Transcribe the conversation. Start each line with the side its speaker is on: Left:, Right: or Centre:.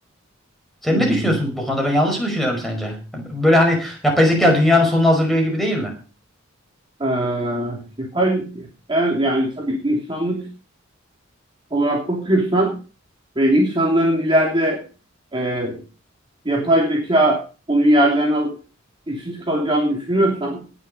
Centre: Sen
Right: hı.
Centre: ne düşünüyorsun bu konuda? Ben yanlış mı düşünüyorum sence? Böyle hani yapay zeka dünyanın sonunu hazırlıyor gibi değil mi?
Right: Ee, yapay, eğer yani tabii insanlık olarak bakıyorsan ve insanların ileride e, yapay zeka onun yerlerini alıp işsiz kalacağını düşünüyorsan